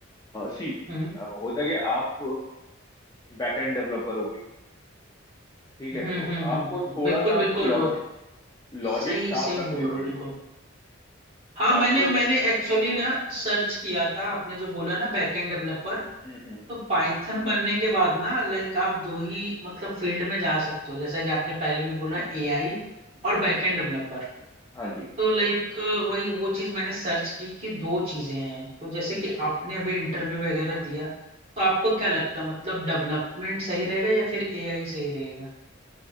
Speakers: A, on the left; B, on the right.
A: सी
B: हम्म
A: होता है कि आप बैकएंड डेवलपर होगे ठीक
B: हम्म
A: है तो
B: हम्म
A: आपको
B: हम्म हम्म,
A: थोड़ा
B: बिल्कुल
A: सा अपने
B: बिल्कुल
A: लॉजिक
B: वो
A: लॉजिक
B: सही
A: शार्प
B: सही
A: रखने
B: बोल रहे
A: पड़ेंगे
B: हो बिल्कुल हाँ मैंने
A: आपको
B: मैंने एक्चुअली ना सर्च किया था आपने जो बोला ना बैकएंड डेवलपर
A: हम्म हम्म
B: तो पाइथन बनने के बाद ना लाइक आप दो ही मतलब फील्ड में जा सकते हो जैसा कि आपने पहले भी बोला
A: हम्म
B: एआई और
A: हम्म
B: बैकएंड डेवलपर
A: हाँ जी
B: तो लाइक वही वो चीज मैंने सर्च की कि दो चीजें हैं तो जैसे
A: हम्म
B: कि आपने अभी इंटरव्यू वगैरह दिया तो आपको क्या लगता मतलब डेवलपमेंट सही रहेगा या फिर एआई सही रहेगा